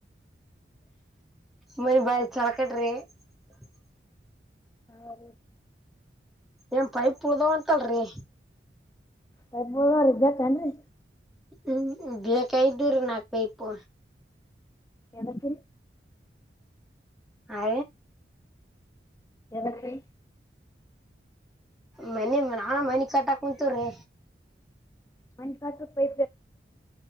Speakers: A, in the centre; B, on the left.
A: ಮನೆ ಭಾಯ ಸಳಕಟ ರೀ <unintelligible>
B: ಹೌ
A: ಏನ್ ಪೈಪ್ ಉಡ್ದವ ಉಂಂತಲ್ರರಿ
B: ಹಬದ ಇದ್ದಕ್ಕನ್ <unintelligible>
A: ಹ್ಮ್ ಬೇಕರ ನಾಕ ಬೈಪು
B: ಎದತ್ತ
A: ಆ
B: ಎದಕ್ಕೆ
A: ಮನೆ ನಾಾನ ಮನೆಿ ಕಟ್ಟಾಕ್ ಕುಂತೀವ್ರಿ
B: ಮನಕಾಸ ಪೈ